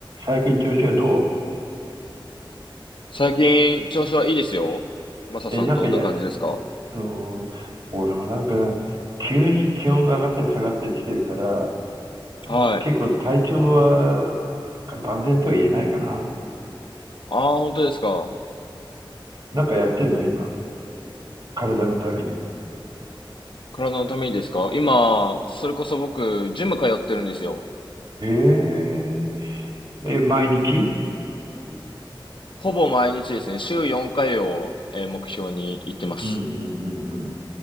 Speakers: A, on the right; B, on the left.
A: 最近調子はど
B: 最近、調子はいいですよ。マサさんどんな感じですか
A: うえ、なんかや、うん、俺もなんか、急に気温が上がったり下がったりしてるから、えー結構体調は
B: はい。
A: 万全とは言えないかな。
B: ああ、本当ですか。
A: なんかやってんの今。体のために。
B: 体のためにですか今、それこそ僕、ジム通ってるんですよ。
A: えー、え、毎日
B: ほぼ毎日ですね、週4回を、えー目標に行ってます。
A: うんうんうんうん。